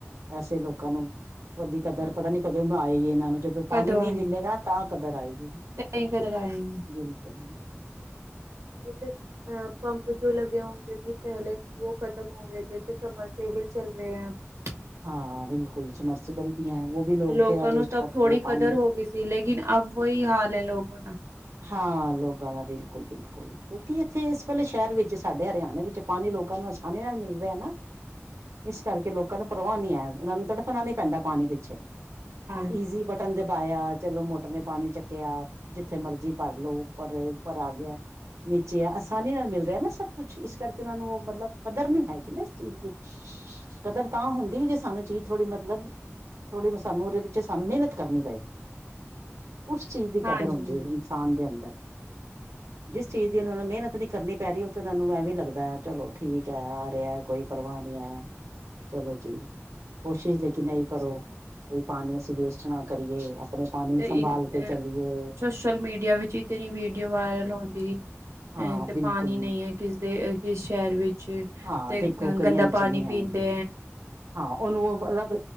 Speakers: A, on the right (about 80°); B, on the right (about 65°).
A: ਐਸੇ ਲੋਕਾਂ ਨੂੰ ਉਹਦੀ ਕਦਰ
B: ਹਾਂਜੀ
A: ਪਤਾ ਨੀ, ਕਦੋਂ ਦੀ ਆਏਗੀ ਇਹਨਾਂ ਨੂੰ ਜਦੋਂ ਪਾਣੀ
B: ਕਦੋਂ
A: ਨਹੀਂ
B: ਆਏਗੇ
A: ਮਿਲੇਗਾ, ਤਾਂ ਕਦਰ ਆਏਗੀ,
B: ਕਈ ਕਦਰ ਆਏਗੇ
A: ਬਿਲਕੁਲ
B: ਤੇ ਆਹ ਪੰਪ ਜੋ ਲੱਗੇ ਹੋ <unintelligible>
A: ਹਾਂ ਬਿਲਕੁਲ, ਸਮਰਸੀਬਲ ਵੀ ਹੈ ਉਹ ਵੀ ਲੋਕ
B: ਲੋਕਾਂ
A: ਬਥੇਰਾ
B: ਨੂੰ
A: ਵੇਸਟ
B: ਤਾਂ
A: ਕਰਤੇ
B: ਥੋੜ੍ਹੀ
A: ਹੈ ਪਾਣੀ
B: ਕਦਰ ਹੋ ਗਈ ਸੀ, ਲੇਕਿਨ ਅਬ ਵੋਹੀ ਹਾਲ ਹੈ ਲੋਗੋੰ ਨਾ
A: ਹਾਂ, ਲੋਕਾਂ ਦਾ ਬਿਲਕੁਲ -ਬਿਲਕੁਲ, ਕਿਉਂਕਿ ਇੱਥੇ ਇਸ ਵੇਲੇ ਸ਼ਹਿਰ ਵਿੱਚ ਸਾਡੇ ਹਰਿਆਣੇ ਵਿੱਚ, ਪਾਣੀ ਲੋਕਾਂ ਨੂੰ ਆਸਾਨੀ ਨਾਲ ਮਿਲ ਰਿਹਾ ਹੈ ਨਾ, ਇਸ ਕਰਕੇ ਲੋਕਾਂ ਨੂੰ ਪ੍ਰਵਾਹ ਨੀ ਹੈ, ਉਹਨਾ ਨੂੰ ਤੜਫਣਾ ਨੀ ਪੈਂਦਾ ਪਾਣੀ ਪਿੱਛੇ, ਬਸ
B: ਜੀ
A: ਈਜ਼ੀ ਬਟਨ ਦੇ ਪਾਇਆ, ਚਲੋ ਮੋਟਰ ਨੇ ਪਾਣੀ ਚੱਕਿਆ ਜਿੱਥ ਜਿੱਥੇ ਮਰਜ਼ੀ ਭਰ ਲੋ ਉੱਪਰ ਰਹੇ, ਉੱਪਰ ਆ ਗਿਆ ਨੀਚੇ ਆ ਆਸਾਨੀ ਨਾਲ ਮਿਲ ਰਿਹਾ ਨਾ ਸਭ ਕੁੱਛ ਇਸ ਕਰਕੇ, ਉਹਨਾਂ ਨੂੰ ਉਹ ਮਤਲਬ ਕਦਰ ਨਹੀਂ ਹੈਗੀ ਨਾ ਇਸ ਚੀਜ਼ ਦੀ ਕਦਰ ਤਾਂ ਹੁੰਦੀ, ਜੇ ਸਾਨੂੰ ਚੀਜ਼ ਥੋੜ੍ਹੀ ਮਤਲਬ ਥੋੜ੍ਹੀ ਸਾਨੂੰ ਉਹਦੇ ਪਿੱਛੇ ਸਾਨੂੰ ਮਿਹਨਤ ਕਰਨੀ ਪਏ ਉਸ ਚੀਜ਼ ਦੀ
B: ਹਾਂ
A: ਕਦਰ
B: ਜੀ
A: ਹੁੰਦੀ
B: ਹਾਂ
A: ਹੈ,
B: ਜੀ
A: ਇਨਸਾਨ ਦੇ ਅੰਦਰ। ਜਿਸ ਚੀਜ਼ ਉਹ ਨੂੰ ਮਹਨਤ
B: ਹਾਂ
A: ਨਹੀਂ
B: ਜੀ
A: ਕਰਨੀ
B: ਹਾਂ ਜੀ
A: ਪੈ ਰਹੀ ਉਹ ਇਹਨਾਂ ਨੂੰ ਐਵੇਂ ਲੱਗਦਾ ਹੈ, ਚਲੋ ਠੀਕ ਹੈ ਆ ਰਿਹਾ ਕੋਈ ਪਰਵਾਹ ਨਹੀਂ ਹੈ। ਚਲੋ ਜੀ, ਕੋਸ਼ਿਸ਼ ਲੇਕਿਨ
B: ਹਾਂ
A: ਇਹ
B: ਜੀ
A: ਕਰੋ
B: ਸਹੀ
A: ਕੋਈ ਪਾਣੀ ਅਸੀਂ ਵੇਸਟ ਨਾ ਕਰੀਏ ਆਪਣੇ, ਪਾਣੀ
B: ਤੇ
A: ਸੰਭਾਲ
B: ਇਨ-
A: ਕੇ
B: ਅ,
A: ਚਲੀਏ
B: ਸੋਸ਼ਲ ਮੀਡੀਆ ਵਿਚ ਇਤਨੀ ਵੀਡੀਓ ਵਾਇਰਲ ਹੁੰਦੀ ਅ
A: ਹਾਂ
B: ਤੇ
A: ਬਿਲਕੁਲ
B: ਪਾਣੀ ਨਹੀਂ ਹੈ, ਕਿਸਦੇ ਕਿਸ ਸ਼ਹਿਰ ਵਿੱਚ
A: ਹਾਂ
B: ਤੇ
A: ਦੇਖੋ ਕਈਆਂ
B: ਗੰਦਾ
A: ਵਿੱਚ
B: ਪਾਣੀ
A: ਨਹੀਂ ਹੈਗੀ
B: ਪੀਂ ਤੇ
A: ਹਾਂ, ਉਹਨੂੰ ਉਹ ਮਤਲਬ